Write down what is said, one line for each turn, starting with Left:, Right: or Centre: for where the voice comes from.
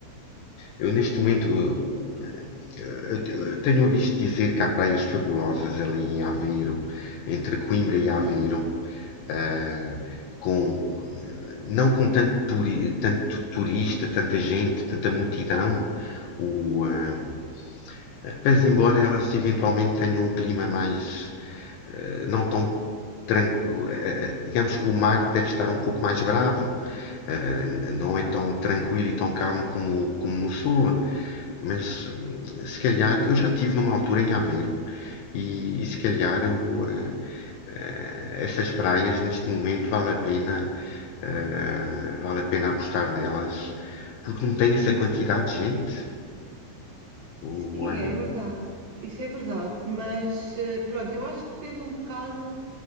Left: eu neste momento eh, eu- eu tenho ouvido dizer que há praias fabulosas ali em Aveiro, entre Coimbra e Aveiro ah, com, não com tanto, turi- tanto turista, tanta gente, tanta multidão. O, ah, ah, mas embora elas eventualmente tenham um clima mais eh, não tão tranquilo. eh, eh, eh, Digamos que o mar deve estar um pouco mais bravo, eh, não é tão tranquilo e tão calmo como, como no sul. Mas eh, se calhar, eu já estive numa altura em Aveiro e, e se calhar o, eh, eh, essas praias neste momento vale a pena, eh, vale a pena apostar nelas porque não tem essa quantidade de gente. O,
Right: Sim,
Left: eh,
Right: é verdade. Isso é verdade. Mas eh, pronto, eu acho que depende um bocado